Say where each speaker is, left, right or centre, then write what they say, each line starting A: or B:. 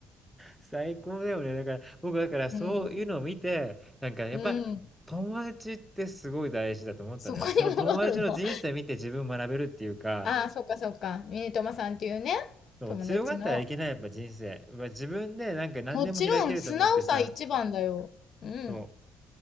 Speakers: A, in the centre; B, on the left.
A: 最高だよね。だから、僕だからそういうのを見て、
B: うん。
A: なんかねやっぱ友達ってすごい大事だと思ったんだよ。
B: うん。そこに戻るの。
A: その友達の人生見て自分学べるっていうか、
B: ああ、そっかそっか。ミニトマさんっていうね、
A: そう、
B: 友達の。
A: 強がったらいけない、やっぱ人生。まあ自分でなんか何でも開けると思ってさ、
B: もちろん、素直さ一番だよ。うん。
A: そう、